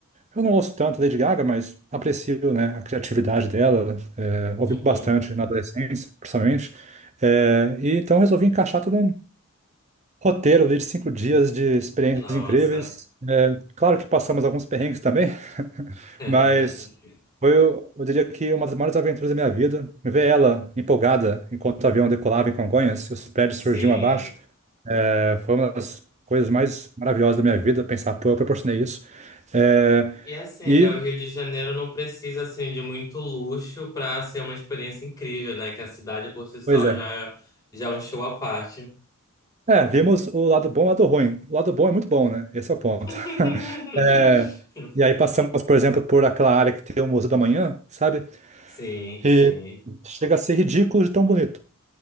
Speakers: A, on the right (about 30°); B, on the left (about 15°).
A: Eu não ouço tanto Lady Gaga, mas aprecio, né, a criatividade dela. É, ouvi
B: uhum.
A: bastante na adolescência, principalmente. É, e então, resolvi encaixar tudo Roteiro ali de cinco dias de experiências
B: Nossa.
A: incríveis. É, claro que passamos alguns perrengues também, <laughs>
B: <laughs>
A: mas foi, eu diria que uma das maiores aventuras da minha vida. Ver ela empolgada enquanto o avião decolava em Congonhas e os prédios
B: Sim.
A: surgiam abaixo, é, foi uma das coisas mais maravilhosas da minha vida. Pensar, pô, eu proporcionei isso. É,
B: E assim,
A: e,
B: né? O Rio de Janeiro não precisa, assim, de muito luxo pra ser uma experiência incrível, né? Que a cidade por si só
A: pois é.
B: já é, já é um show à parte.
A: É, vimos o lado bom e o lado ruim. O lado bom é muito bom, né? Esse é o ponto.
B: <laughs>
A: <laughs> É, e aí passamos, por exemplo, por aquela área que tem o Museu da Manhã, sabe?
B: Sim,
A: E
B: sim.
A: chega a ser ridículo de tão bonito.